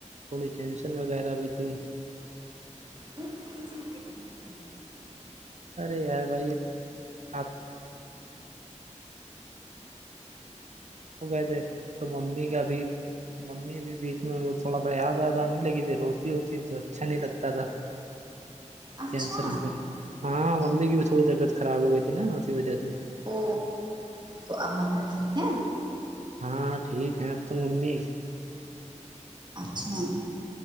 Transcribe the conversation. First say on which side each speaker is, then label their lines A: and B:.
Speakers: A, on the right (about 65°); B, on the right (about 35°).
A: تھوڑی ٹینشن وغیرہ بھی تھی
B: کس چیز کی ٹینشن ہورہی ہے
A: ارے یار بھائی آپ کہ تھ تو ممی کا ابھی تو ممی ابھی بیچ میں وہ تھوڑا سا یاد آیاد آنے لگی تھی روتی ہوتی تو اچھا نہیں لگتا تھا <inaudible>
B: اچھا
A: ٹن ہاں ممی کی بھی تھوڑی طبیعت خراب ہو گئی تھی نا اسی وجہ سے
B: او تو اب مر ٹھیک ہے
A: ہاں ٹھیک ہیں اب تو ممی
B: اچھا